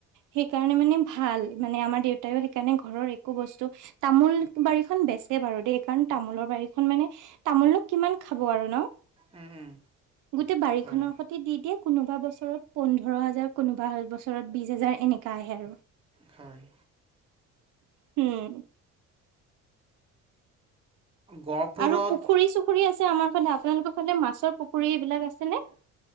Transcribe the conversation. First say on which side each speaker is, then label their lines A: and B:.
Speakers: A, on the right; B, on the right.
A: সেইকাৰণে মানে ভাল মানে আমাৰ দেউতাইও সেইকাৰণে ঘৰৰ একো বস্তু তামোল তামোল বাৰীখন বেচে বাৰু দেই কাৰণ তামোলৰ বাৰীখন মানে তামোলোক কিমান খাব আৰু ন
B: উম, উম,
A: গোটেই বাৰীখনৰ
B: হয়,
A: সতে দি দিয়ে কোনোবা বছৰত পোন্ধৰ হাজাৰ, কোনোবা হল বছৰত বিশ হাজাৰ এনেকা আহে আৰু
B: হয়
A: উম,
B: গহপুৰত
A: আৰু পুখুৰী চুখুৰী আছে আমাৰ ফালে আপোনালোকৰ ফালে মাছৰ পো- পুখুৰী এইবিলাক আছে নে